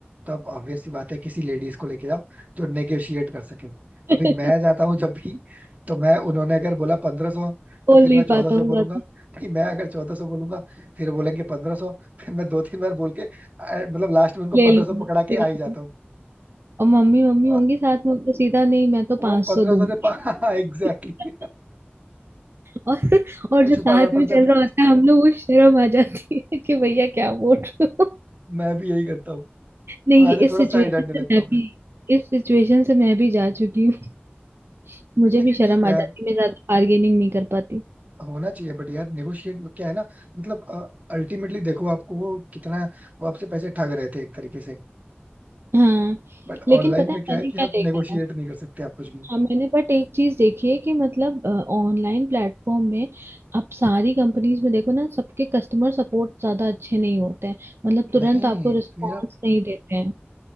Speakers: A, on the right (about 40°); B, on the right (about 70°).
A: तो आप ऑब्वियस सी बात है किसी लेडीज को लेके जाओ जो नेगोशिएट कर सके
B: <laughs>
A: अभी मैं जाता हूँ जब भी तो मैं उन्होंने अगर बोला पंद्रह सौ
B: बोल
A: तो फिर
B: नहीं
A: मैं चौदह
B: पाता
A: सौ
B: हूँ
A: बोलूंगा
B: ज्यादा
A: फिर मैं अगर चौदह सौ बोलूंगा फिर वो बोलेंगे पंद्रह सौ फिर मैं दो तीन बार बोल के अ, मतलब लास्ट में उनको
B: ले
A: पंद्रह
B: लूंगी
A: सौ पकड़ा के
B: ले
A: आ
B: लूंगी
A: ही जाता हूँ
B: और मम्मी मम्मी होंगी
A: और
B: साथ में तो सीधा नहीं मैं तो पांच
A: वो पंद्रह
B: सौ दूंगी
A: सौ के <laughs> एग्जैक्टली
B: <laughs> और और
A: वो
B: जो
A: छुपाना
B: साथ
A: पड़ता
B: में चल
A: था
B: रहा
A: मुझे
B: होता है हम लोग वो शर्म आ जाती है कि भैया क्या बोल रहे हो
A: मैं भी यही करता हूँ
B: नहीं
A: वहां
B: ये
A: से
B: इस
A: थोड़ा
B: सिचुएशन
A: साइड हटने लगता
B: से मैं
A: हूँ
B: भी
A: फिर
B: इस सिचुएशन से मैं भी जा चुकी हूँ <laughs> मुझे
A: लेकिन
B: भी शर्म
A: ठीक है
B: आ
A: यार
B: जाती मैं ज्यादा बार्गेनिंग नहीं कर पाती
A: होना चाहिए बट यार नेगोशिएट में क्या है ना मतलब अल्टीमेटली देखो आपको वो कितना वो आपसे पैसे ठग रहे थे एक तरीके से
B: हाँ
A: बट
B: लेकिन
A: ऑनलाइन
B: पता
A: में
B: है
A: क्या
B: मैंने
A: है कि
B: क्या
A: आप
B: देखा
A: नेगोशिएट
B: है
A: नहीं कर सकते आप कुछ भी
B: हाँ मैंने बट एक चीज देखी है कि मतलब ऑनलाइन प्लेटफॉर्म में आप सारी कंपनीज में देखो ना सबके कस्टमर सपोर्ट ज्यादा अच्छे नहीं होते हैं मतलब तुरंत
A: नहीं
B: आपको रिस्पॉन्स
A: फिर आप
B: नहीं देते हैं